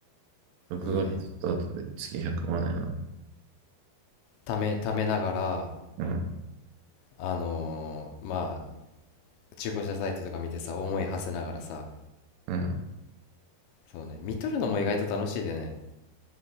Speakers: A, on the right (about 80°); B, on the left (about 80°).
A: 6月スタートで月100万やな。
B: いいねためためながら
A: うん、
B: あのーまあ中古車サイトとか見てさ思い馳せながらさ
A: うん。
B: そうね見とるのも意外と楽しいでね